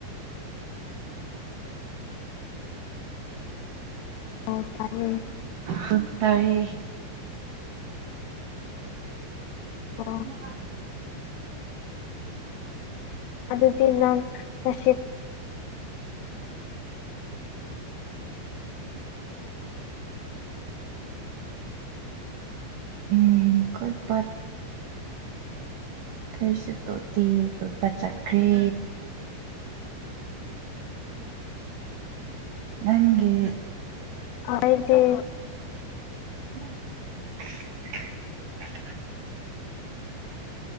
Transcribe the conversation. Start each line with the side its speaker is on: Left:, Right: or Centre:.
Left: ꯍ ꯇꯥꯏꯦ
Right: ꯁꯇꯥꯔ
Left: ꯑ
Right: ꯑ
Left: ꯑꯗꯨꯗꯤ ꯅ ꯔꯁ
Right: ꯎꯝ ꯀꯠꯄꯠ ꯀꯔꯤꯁꯨ ꯇꯣꯠꯇꯦ ꯀꯣꯠꯄ ꯆꯠꯈ꯭ꯔꯦ ꯅꯪꯦ
Left: ꯑꯗꯤ
Right: <unintelligible>